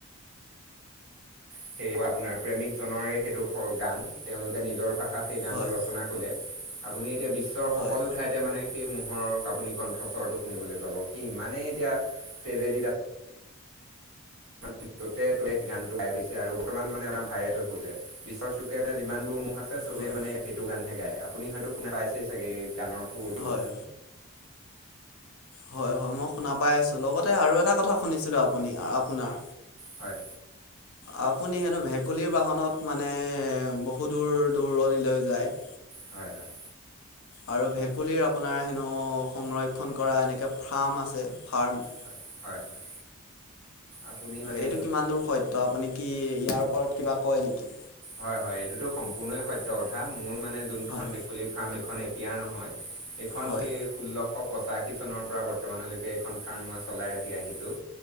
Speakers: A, on the right; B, on the left.
A: সেই আপোনাৰ প্ৰেমিক জনৰে সেইটো ফৰ গান, তেওঁলোকে নিজৰ ভাষা ভাষাত সেই গানটো
B: হয়
A: ৰচনা কৰিলে। আপুনি এতিয়া বিশ্বৰ সকলো
B: হয়
A: ঠাইত তে মানে সেই মহৰ আপুনি কণ্ঠস্বৰটো শুনিবলৈ পাব। সি ইমানেই এতিয়া তেজেদিত আছে ান য'তে ততে সেই গান টো গাই ফুৰিছে, আৰু বৰ্তমান মানে এটা ভাইৰেল হৈ পৰিছে। বিশ্ব চুবুৰীত এতিয়া যিমানবোৰ মহ আছে, চবেই
B: হয়
A: মানে সেইটো গানহে গায়। আপুনি হয়তো শুনা পাইছেই চাগে এই গানৰ সুৰটো।
B: হয় হয় হয়-হয় মই শুনা পাই আছোঁ। লগতে আৰু এটা কথা শুনিছিলোঁ আপুনি, আপোনাৰ
A: হয়।
B: আপুনি হেনো ভেকুলীৰ বাহনত মানে বহু দূৰ -দূৰণিলৈ যায়।
A: হয় হয়।
B: আৰু ভেকুলীৰ আপোনাৰ হেনো সংৰক্ষণ কৰা এনেকে ফাৰ্ম আছে ফাৰ্ম।
A: হয় হয় হয় আপুনি মানে
B: এইটো কিমান দূৰ সত্য, আপুনি কি ইয়াৰ ওপৰত কিবা কয় নেকি?
A: হয়-হয় এইটোতো সম্পূৰ্ণয়ে সত্য কথা, মোৰ মানে যোনখন
B: হয়
A: ভেকুলীৰ ফাৰ্ম এইখন ইয়াৰ নহয় এইখন
B: হয়
A: সেই ষোল্লশ পছাশী চনৰ পৰা বৰ্তমানলৈকে এইখন ফাৰ্ম মই চলাই ৰাখি আহিছোঁ।